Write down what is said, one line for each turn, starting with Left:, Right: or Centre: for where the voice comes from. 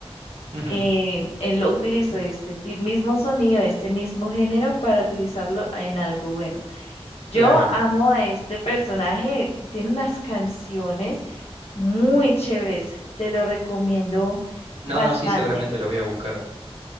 Right: <laughs> ujú,
Left: eh, él lo utilizó este ti- mismo sonido, este mismo género para utilizarlo en algo bueno. Yo
Right: claro.
Left: amo a este personaje, tiene unas canciones muy chéveres, te lo recomiendo
Right: No,
Left: bastante,
Right: no, sí, seguramente lo voy a buscar.